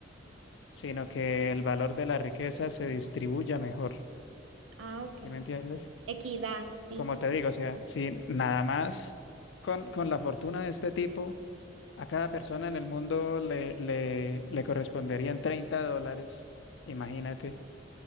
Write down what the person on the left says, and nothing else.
sino que el valor de la riqueza se distribuya mejor.
¿Sí me entiendes?
Como
te digo, o sea, si nada más con, con la fortuna de este tipo, a cada persona en el mundo le, le, le corresponderían 30 dólares. Imagínate.